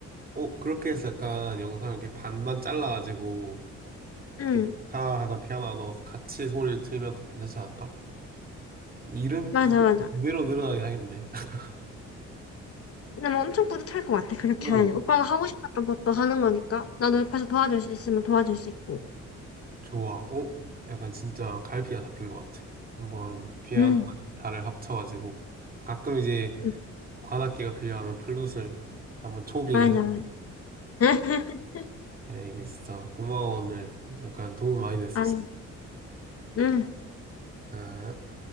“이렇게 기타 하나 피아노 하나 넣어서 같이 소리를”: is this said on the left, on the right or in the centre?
Right